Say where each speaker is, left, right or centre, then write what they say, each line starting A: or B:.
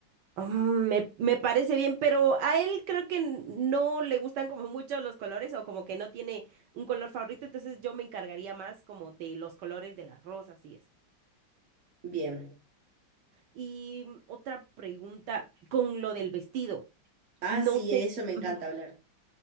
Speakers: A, on the right (about 70°); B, on the right (about 45°).
A: Mm, Me, me parece bien, pero a él creo que n- no le gustan como mucho los colores o como que no tiene un color favorito, entonces yo me encargaría más como de los colores de las rosas y eso.
B: Bien.
A: Y mm, otra pregunta con lo del vestido.
B: Ah,
A: No
B: sí,
A: sé,
B: de eso me encanta
A: ujú,
B: hablar.